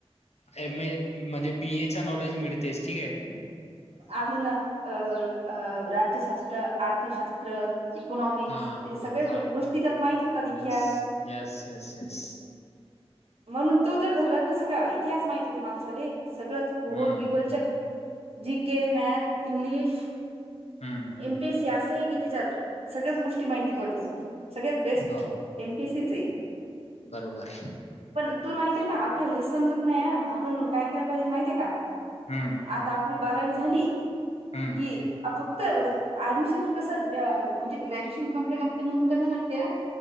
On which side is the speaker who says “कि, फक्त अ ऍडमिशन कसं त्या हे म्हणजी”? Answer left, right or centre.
Right